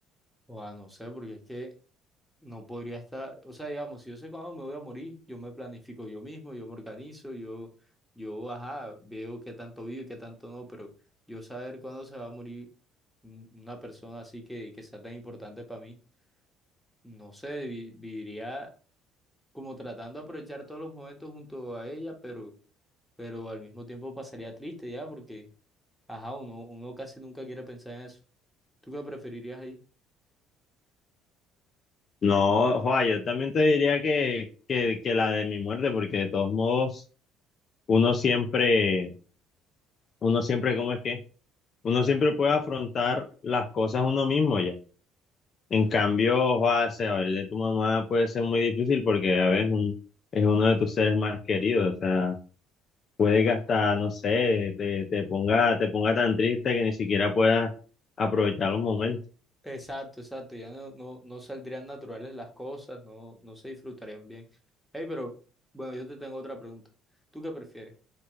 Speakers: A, in the centre; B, on the left.
A: O sea, no sé, porque es que no podría estar, o sea, digamos, si yo sé cuándo me voy a morir, yo me planifico yo mismo, yo me organizo, yo, yo, ajá, veo qué tanto vivo y qué tanto no, pero yo saber cuándo se va a morir. un- una persona así que, que sea tan importante para mí. No sé, vi- viviría como tratando de aprovechar todos los momentos junto a ella, pero, pero al mismo tiempo pasaría triste ya, porque, ajá, uno, uno casi nunca quiere pensar en eso. ¿Tú qué preferirías ahí?
B: No, Juan, yo también te diría que, que, que la de mi muerte, porque de todos modos, uno siempre, uno siempre, ¿cómo es que? Uno siempre puede afrontar las cosas uno mismo ya. En cambio, Juan, saber de tu mamá puede ser muy difícil porque a veces un- es uno de tus seres más queridos. O sea, puede que hasta, no sé, te, te ponga, te ponga tan triste que ni siquiera puedas aprovechar los momentos.
A: Exacto, exacto, ya no, no, no saldrían naturales las cosas, no, no se disfrutarían bien. Hey, pero bueno, yo te tengo otra pregunta. ¿Tú qué prefieres?